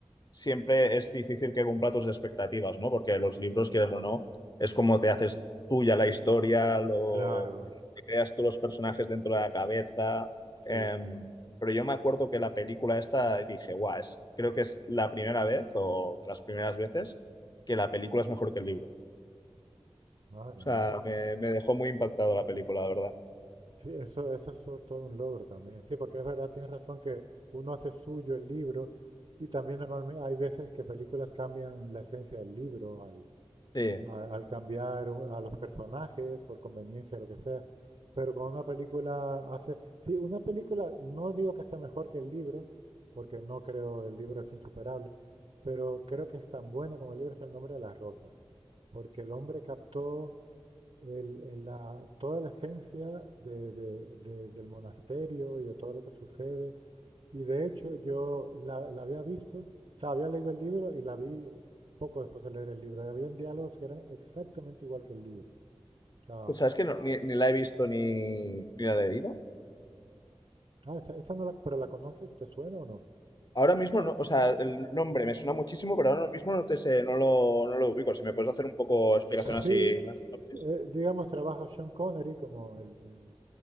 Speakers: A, on the left; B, on the right.
A: siempre es difícil que cumpla tus expectativas, ¿no? Porque los libros, quieras o no, es como te haces tuya la historia, lo
B: Claro,
A: te creas tú los personajes dentro de la cabeza.
B: sí,
A: em,
B: sí.
A: pero yo me acuerdo que la película esta dije, guau, es, creo que es la primera vez o de las primeras veces que la película es mejor que el libro.
B: Madre
A: O sea,
B: mía.
A: me, me dejó muy impactado la película, la verdad.
B: Sí, eso, eso es sobre todo un logro también. Sí, porque es verdad, tienes razón que uno hace suyo el libro y también normalmente hay veces que películas cambian la esencia del libro al,
A: Sí.
B: a- al cambiar u- a los personajes por conveniencia, lo que sea. Pero con una película hace... Sí, una película, no digo que sea mejor que el libro, porque no creo el libro es insuperable, pero creo que es tan buena como el libro es El nombre de las rosas, porque el hombre captó el- el- la- toda la esencia de- de- de- del monasterio y de todo lo que sucede. Y de hecho yo la, la había visto, o sea, había leído el libro y la vi poco después de leer el libro. Y habían diálogos que eran exactamente igual que el libro. O sea,
A: Pues sabes que no- ni, ni la he visto ni, ni la he leído.
B: ah, esa- esta no la, pero la conoces, ¿te suena o no?
A: Ahora mismo no, o sea, el nombre me suena muchísimo, pero ahora mismo no te sé, no lo, no lo ubico. Si me puedes hacer un poco explicación
B: Sí,
A: así, una sinopsis.
B: eh, digamos, trabaja Sean Connery como el, el-